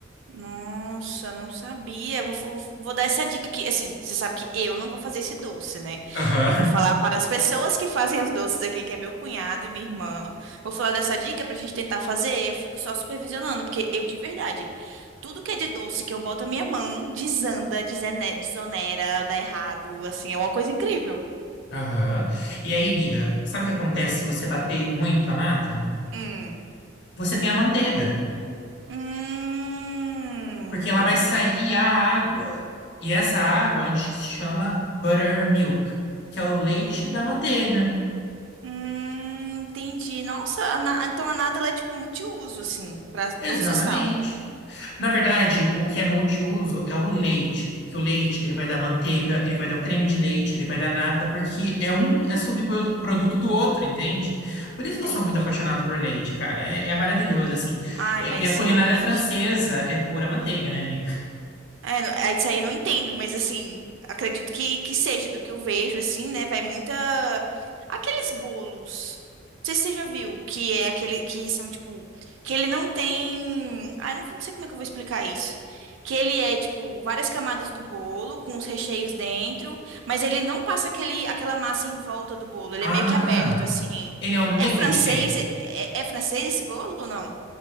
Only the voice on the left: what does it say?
Aham,
<laughs> aham. E aí, amiga, sabe o que acontece se você bater muito a nata?
Você tem a manteiga.
porque ela vai sair a água. E essa água a gente chama buttermilk, que é o leite
da manteiga.
Exatamente.
Na verdade, o que é multiuso é o leite. Que o leite, ele vai dar manteiga, ele vai dar o creme de leite, ele vai dar nata, porque é um é subproduto do outro, entende? Por isso
que eu sou muito apaixonado por leite, cara. É, é maravilhoso, assim.
É,
e a culinária
francesa é pura manteiga, né, amiga?
Ah,
ele é o naked
cake.